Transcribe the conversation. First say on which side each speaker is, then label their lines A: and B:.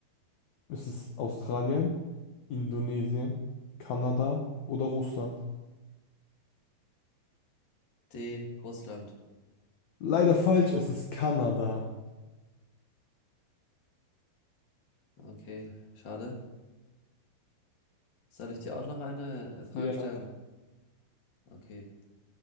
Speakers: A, on the left; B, on the left.
A: Ist es Australien, Indonesien, Kanada oder Russland?
B: D. Russland.
A: Leider falsch, es ist Kanada.
B: Okay, schade. Soll ich dir auch noch eine Frage
A: Ja.
B: stellen? Okay.